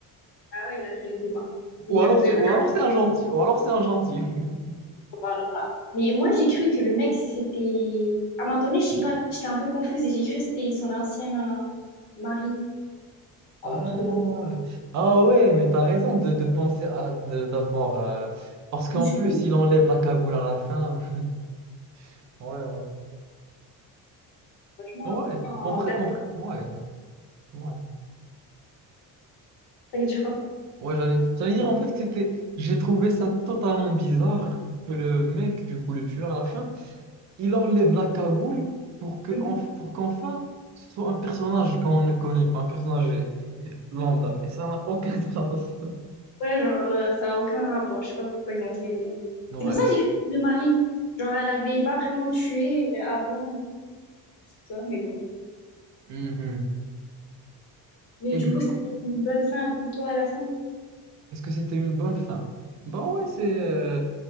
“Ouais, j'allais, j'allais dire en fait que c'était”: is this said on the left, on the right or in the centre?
Right